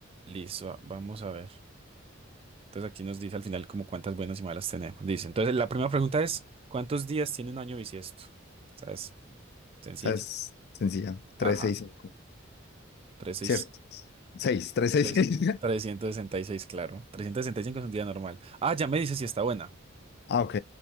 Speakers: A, on the right; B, on the left.
A: listo, vamos a ver. Entonces aquí nos dice al final como cuántas buenas y malas tenemos. Dice, entonces la primera pregunta es, ¿cuántos días tiene un año bisiesto? ¿Sabes? Sencilla.
B: Esta es sencilla. tres,
A: Ajá,
B: seis, cinco
A: tres, seis,
B: Cierto. seis tres seis
A: tres,
B: seis
A: se- 366, claro. 365 es un día normal. Ah, ya me dice si está buena.
B: <laughs> Ah, ok.